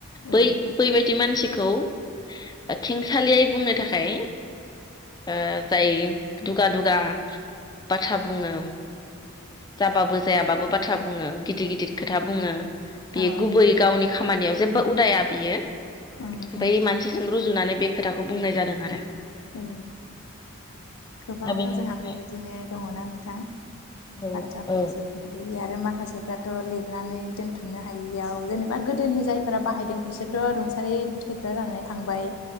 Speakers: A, on the left; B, on the left.
A: औ
B: बै बैबायदि मानसिखौ ओ खेंसालियै बुंनो थाखाय ओ जाय दुगा दुगा बाथ्रा बुङो जाबाबो जायाबाबो बाथ्रा बुङो गिदिर गिदिर खोथा बुङो बियो
A: औ
B: गुबै गावनि खामानियाव जेबो उदाया बियो ओमफ्राय
A: ओं ओं
B: मानसिजों रुजुनानै बे खोथाखौ बुंनाय जादों आरो
A: औ गोबां
B: दा बेनिफ्राय
A: जोंहा बेबायदिनो दङना नोंथां
B: औ
A: बाथ्राखौ
B: औ
A: जोबनो गैयि आरो माखासेफ्राथ' लिरनानै दोनथुमनो हायैयाव जेनेबा गोदोनि जायफोरा बाहायदों बिसोरथ' रुं थारै <unintelligible> जानानै थांबाय